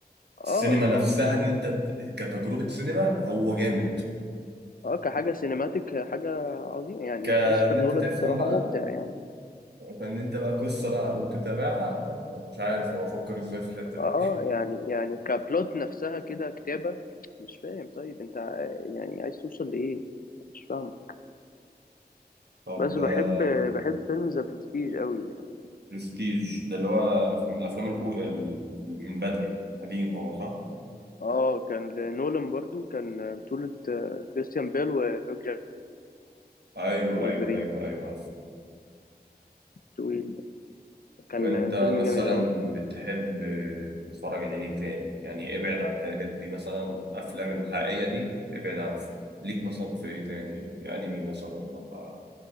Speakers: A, on the left; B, on the right.
A: اه
B: نفسها
A: يعني
B: إن أنت ت- كتجربة سينما هو جامد
A: اه كحاجة سينماتيك حاجة عظيمة يعني
B: كأن
A: كريستوفر
B: أنت
A: نولان
B: تفهم
A: الصراحة
B: بقى
A: مبدع يعني
B: كأن أنت بقى قصة بقى وتتابعها أو مش عارف هو فكر إزاي في الحتة دي
A: اه يعني يعني كبلوت نفسها كده كتابة مش فاهم طيب انت آه، يعني عايز توصل لإيه مش فاهم
B: طب
A: بس
B: آم،
A: بحب بحب فيلم ذا برستيج قوي يعني.
B: برستيج ده اللي هو من الأفلام الأولى من بدري قديم هو صح؟
A: اه كان لنولان برضو كان بطولة آه، كريستيان بيل وهيوك جاك
B: أيوه
A: والبرين
B: أيوه أيوه أيوه
A: طويل ده. كان
B: طب انت
A: فيلم
B: مثلا
A: جامد قوي
B: بتحب تتفرج على ايه تاني يعني ابعد عن الحاجات دي مثلا افلام الحقيقية دي ابعد عن ليك مثلا في ايه تاني انمي مثلا ولا